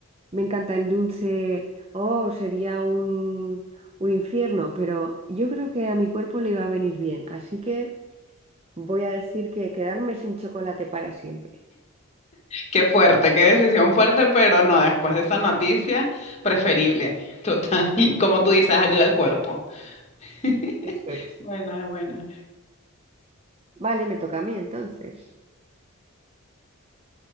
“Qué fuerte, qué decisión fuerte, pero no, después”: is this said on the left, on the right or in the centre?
Left